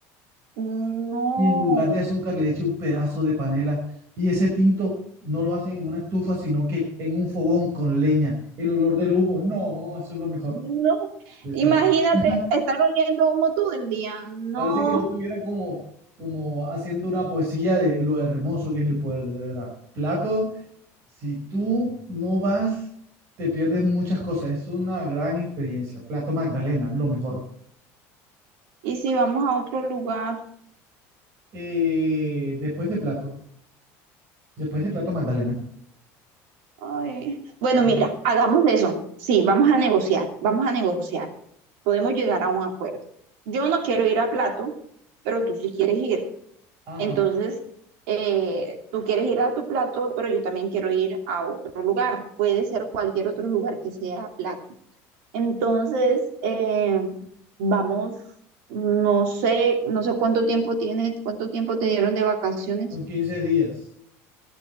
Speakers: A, on the right (about 70°); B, on the right (about 40°).
A: no,
B: y en lugar de azúcar le echa un pedazo de panela y ese tinto no lo hacen en una estufa, sino que en un fogón con leña. El olor del humo, no, eso es lo mejor.
A: no.
B: Eso
A: Imagínate
B: es lo mejor. <laughs>
A: estar oliendo humo todo el día. No.
B: Parece que yo estuviera como, como haciendo una poesía de lo hermoso que es el pueblo, de verdad. Plato, si tú no vas, te pierdes muchas cosas. Es una gran experiencia. Plato Magdalena, lo mejor.
A: Y si vamos a otro lugar.
B: Eh, después de Plato, después de Plato Magdalena.
A: Ay, Bueno, mira,
B: Ya.
A: hagamos eso. Sí, vamos a negociar, vamos a negociar. Podemos llegar a un acuerdo. Yo no quiero ir a Plato, pero tú sí quieres ir.
B: Ajá,
A: Entonces, eh, tú quieres ir a tu Plato, pero yo también quiero ir a otro lugar. Puede ser cualquier otro lugar que sea Plato. Entonces, eh, vamos, no sé, no sé cuánto tiempo tienes, cuánto tiempo te dieron de vacaciones.
B: son quince días.